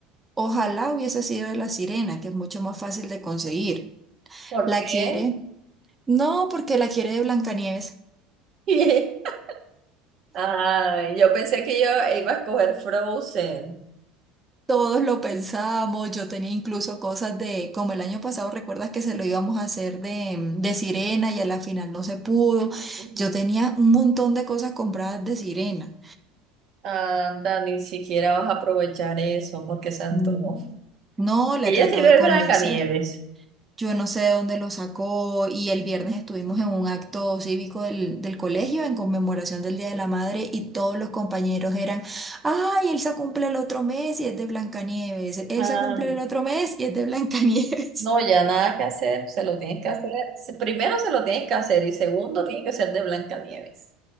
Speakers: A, on the right; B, on the right.
A: Ojalá hubiese sido de la sirena, que es mucho más fácil de conseguir.
B: ¿Por
A: ¿La
B: qué?
A: quiere? No, porque la quiere de Blancanieves.
B: <laughs> Ay, yo pensé que yo iba a escoger Frozen.
A: Todos lo pensamos, yo tenía incluso cosas de, como el año pasado, recuerdas que se lo íbamos a hacer de, de sirena y a la final no se pudo.
B: Ujú.
A: Yo tenía un montón de cosas compradas de sirena.
B: Anda, ni siquiera vas a aprovechar eso, porque se antojó.
A: Mm, No, la
B: Y
A: he tratado
B: ella sí ve
A: de convencer.
B: Blancanieves.
A: Yo no sé de dónde lo sacó y el viernes estuvimos en un acto cívico del, del colegio en conmemoración del Día de la Madre y todos los compañeros eran, ay, Elsa cumple el otro mes y es de Blancanieves, Elsa
B: Ah,
A: cumple el otro mes y es de Blancanieves.
B: no, ya
A: <laughs>
B: nada que hacer, se lo tienes que hacer. se- Primero se lo tienes que hacer y segundo tiene que ser de Blancanieves.